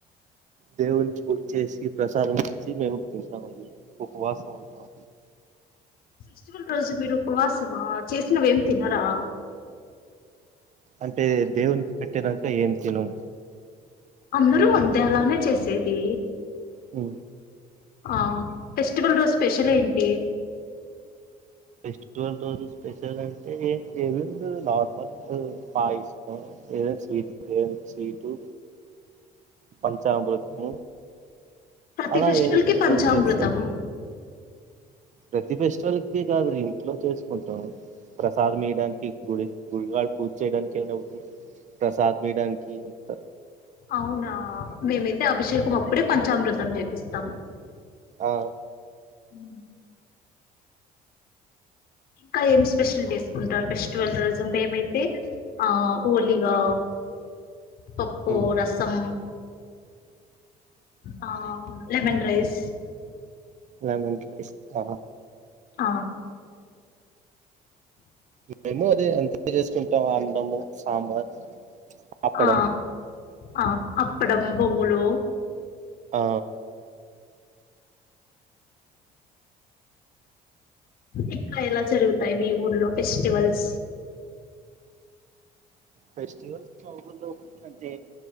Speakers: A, on the right (about 45°); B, on the left (about 60°).
A: దేవునికి పూజ చేసి ప్రసాదం చేసి మేము తింటాం అండి ఉపవాసం ఉంటాం
B: ఫెస్టివల్ రోజు మీరు ఉపవాసమా చేసినవ ఏం తినరా!?
A: అంటే దేవునికి పెట్టేదంకా ఏం తినము
B: అందరూ అద్దం అలానే చేసేది.
A: వు
B: ఆ ఫెస్టివల్ రోజు స్పెషలేంటి?
A: ఫెస్టివల్ రోజు స్పెషల్ అంటే ఏవి ఉండవు నార్మల్ పాయసం ఏద స్వీట్ ఏం స్వీటు పంచామృతం
B: ప్రతి
A: అలా
B: ఫెస్టివల్
A: ఏదో కొన్ని
B: కి పంచామృతం
A: కొన్ని చేస్తాం ప్రతి ఫెస్టివల్ కి కాదు ఇంట్లో చేసుకుంటాం. ప్రసాదం ఈయడానికి గుడి పూజారి పూజ చేయడానికి అ ఉ ప్రసాదం బి డన్ కంత
B: అవునా మేమైతే అభిషేకం అప్పుడే పంచామృతం చేపిస్తాం
A: ఆ
B: ఉ ఇంకా ఏం స్పెషల్ చేసుకుంటారు. ఫెస్టివల్ రోజు మేమైతే ఆ ఊలిగా పప్పు
A: ఉమ్
B: రసం ఆ లెమన్ రైస్,
A: లెమన్ రైస్ఆ
B: ఆ
A: మేము అదే అంత చేసుకుంటాం అండము సాంబార్ అప్పడం
B: ఆ ఆ అప్పడం పొంగులు
A: ఆ
B: ఇక్క ఎలా జరుగుతాయి మీ ఊర్లో ఫెస్టివల్స్
A: ఫెస్టవల్స్ బాగుండ వ్ అంటే